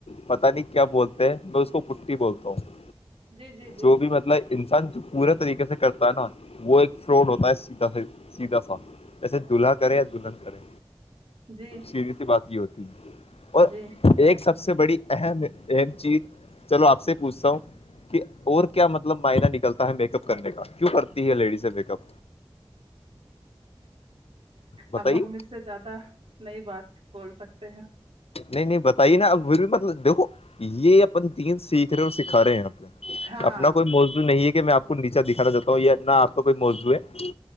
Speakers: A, on the left (about 85°); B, on the right (about 75°).
A: پتا نہیں کیا بولتے ہیں میں اس کو پٹٹی بولتا ہوں
B: جی جی جی
A: جو بھی مطلب انسان جو پورے طریقے سے کرتا ہے نا وہ ایک فراڈ ہوتا ہے سیدھا سے سیدھا سا جیے دلہاے یالہن کرے
B: جی
A: چیزیں سے بات یہ ہوتی ہے اور
B: جی
A: ایک سب سے بڑی چیز چلو آپ سے پوچھتا ہوں کہ اور کیا مطلب معائنا نکلتا ہے میک اپ کرنے کا کیوں کرتی ہے لیڈیز ہے میک اپ بتائیے
B: اب ہم اس سے زیادہ نئی بات بول سکتے ہیں
A: نہیں نہیں بتائیے نا اب پھر بھی مطلب دیکھو یہ اپن دین سیکھ رہے ہیں اور سکھا رہے ہیں اپنے
B: ہاں
A: اپنا کوئی موضوع نہیں ہے کہ میں آپ کو نیچا دکھانا چاہتا ہوں یانا آپ کا کوئی موضوع ہے